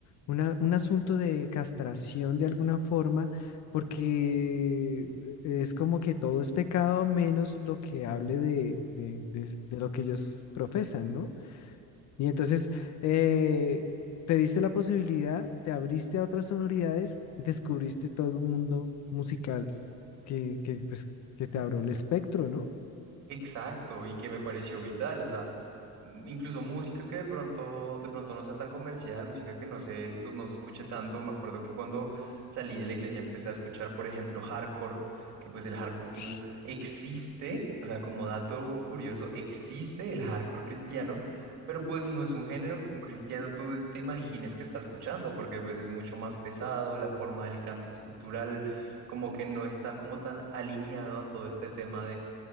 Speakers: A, on the left (about 55°); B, on the right (about 55°).
A: una- un asunto de castración de alguna forma, porque es como que todo es pecado menos lo que hable de, de- de- de lo que ellos profesan, ¿no? Y entonces eh, te diste la posibilidad, te abriste a otras sonoridades y descubriste todo un mundo musical que, que, pues, que te abrió el espectro, ¿no?
B: Exacto, y que me pareció vital, o sea, m- incluso música que de pronto, de pronto no sea tan comercial, música que no se, esto no se escuche tanto. Me acuerdo que cuando salí de la iglesia empecé a escuchar, por ejemplo, hardcore, que pues el hardcore tú
A: <sniffs>
B: existe, o sea, como dato curioso, existe el hardcore cristiano, pero pues no es un género que un cristiano tú te imagines que está escuchando, porque pues es mucho más pesado, la forma del canto es cultural, como que no está como tan alineado a todo este tema